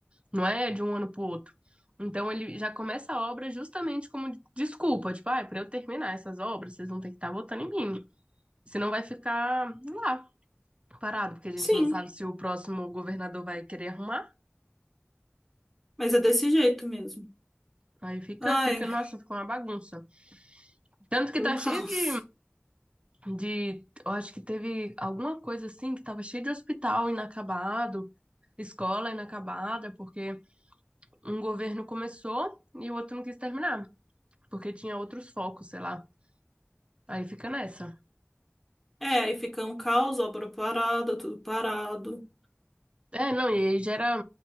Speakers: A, on the right; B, in the centre.
A: Não é de um ano pro outro. Então ele já começa a obra justamente como desculpa, tipo, ah, para eu terminar essas obras, vocês vão ter que estar votando em mim. Senão vai ficar lá, parado, porque a gente
B: Sim,
A: não sabe se o próximo governador vai querer arrumar.
B: mas é desse jeito mesmo.
A: Aí fica,
B: Ai,
A: fica, nossa, fica uma bagunça. Tanto que
B: um
A: tá
B: caos.
A: cheio de, de. Eu acho que teve alguma coisa assim que tava cheio de hospital inacabado, escola inacabada, porque um governo começou e o outro não quis terminar, porque tinha outros focos, sei lá. Aí fica nessa.
B: É, aí fica um caos, obra parada, tudo parado.
A: É, não, e aí gera,